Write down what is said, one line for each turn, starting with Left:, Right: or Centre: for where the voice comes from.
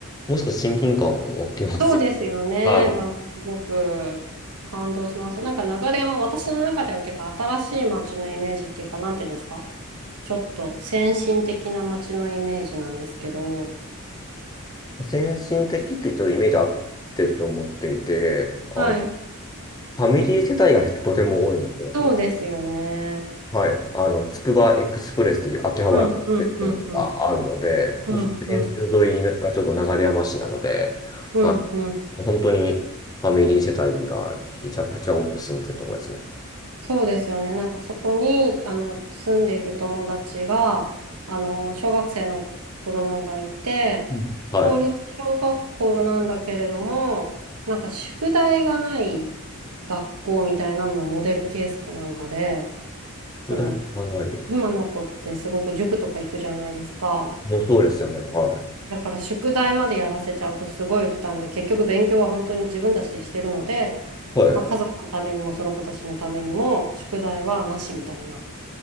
Left: もう少し親近感を湧きますよ。
Right: そうですよね。
Left: はい
Right: なんかすごく感動しました。なんか流山、私の中では結構新しい街のイメージっていうか、なんていうんですかちょっと先進的な街のイメージなんですけど。
Left: 先進的ってちょっとイメージ合ってると思っていて、
Right: はい。
Left: あの、ファミリー世帯がとても多いのですね。
Right: そうですよね。
Left: はい。あの、つくばエクスプレスという秋葉原の線があるので、
Right: うん、うん、うん、うん、うん、
Left: もう沿線沿いがちょうど流山市なので、
Right: うん、うん、
Left: あ、
Right: うん。
Left: 本当にファミリー世帯がひちゃくちゃ多く住んでるところですね。
Right: そうですよね。なんかそこに、あの、住んでいる友達が、あの、小学生の子供がいて、
Left: うんはい。
Right: 公立小学校なんだけれども、なんか宿題がない学校みたいなののモデルケースかなんかで、その、
Left: 宿題がない。
Right: 今の子ってすごく塾とか行くじゃないですか。
Left: もうそうですよね。はい。
Right: だから宿題までやらせちゃうとすごい負担で、結局勉強は本当に自分たちでしてるので、
Left: はい。
Right: まあ、家族のためにもその子たちのためにも宿題はなしみたいな。